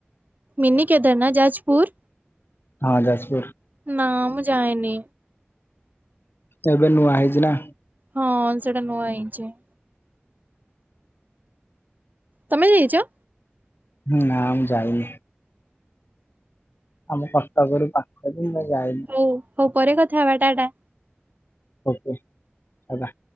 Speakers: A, on the right; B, on the left.
A: ମିନି କେଦାରନାଥ ଯାଜପୁର।
B: ହଁ ଯାଜପୁର।
A: ନାଁ ମୁଁ ଯାଏନି।
B: ଏବେ ନୂଆ ହେଇଚି ନା?
A: ହଁ ସେଇଟା ନୂଆ ହେଇଚି। ତମେ ଯାଇଚ?
B: ନା ମୁଁ ଯାଇନି। ଆମ କଟକରୁ ପାଖ ଯେ ମୁଁ ଯାଇନି।
A: ହଉ ହଉ ପରେ କଥା ହବା ଟା ଟା।
B: ଓକେ ଟା ଟା।